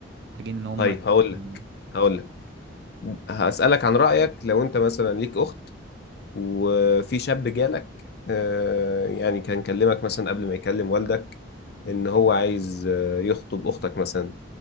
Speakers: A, on the right; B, on the left.
A: محتاجين ان هم
B: طيب هقول لك
A: مم.
B: هقول لك هسألك عن رأيك لو انت مثلا ليك اخت وفي شاب جالك آه، يعني كان كلمك مثلا قبل ما يكلم والدك ان هو عايز آه، يخطب اختك مثلا